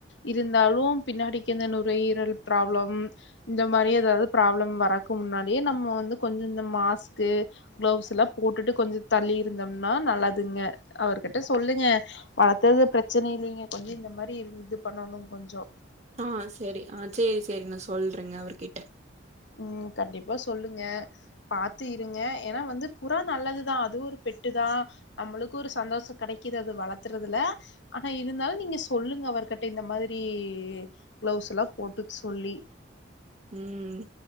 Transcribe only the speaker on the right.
ஆ செரி ஆ செரி செரிங்க நா சொல்றேங்க அவர்கிட்ட
ம்